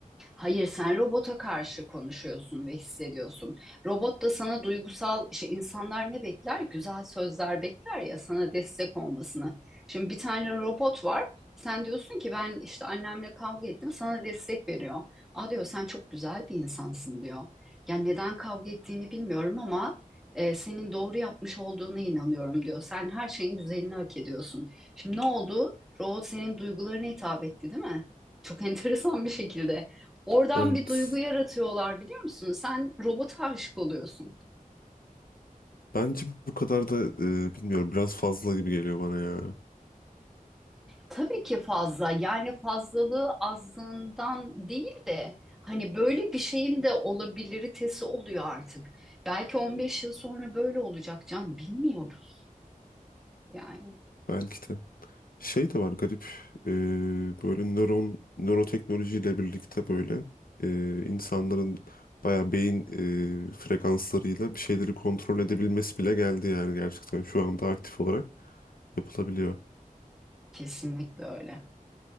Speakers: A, in the centre; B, on the left (about 80°).
A: Hayır, sen robota karşı konuşuyorsun ve hissediyorsun. Robot da sana duygusal, işte insanlar ne bekler? Güzel sözler bekler ya sana destek olmasını. Şimdi bir tane robot var. Sen diyorsun ki ben işte annemle kavga ettim, sana destek veriyor. Aa diyor sen çok güzel bir insansın diyor. Yani neden kavga ettiğini bilmiyorum ama e, senin doğru yapmış olduğuna inanıyorum diyor. Sen her şeyin güzelini hak ediyorsun. Şimdi ne oldu? Robot senin duygularına hitap etti, değil mi? Çok <laughs> enteresan bir şekilde. Oradan
B: Evet.
A: bir duygu yaratıyorlar biliyor musun? Sen robota aşık oluyorsun.
B: Bence bu kadar da e, bilmiyorum biraz fazla gibi geliyor bana ya.
A: Tabii ki fazla yani fazlalığı azlığından değil de hani böyle bir şeyin de olabiliritesi oluyor artık. Belki 15 yıl sonra böyle olacak Can bilmiyoruz yani.
B: Belki de. Şey de var garip e, böyle nöron nöroteknolojiyle birlikte böyle e, insanların bayağı beyin e, frekanslarıyla bir şeyleri kontrol edebilmesi bile geldi yani gerçekten şu anda aktif olarak yapılabiliyor.
A: Kesinlikle öyle.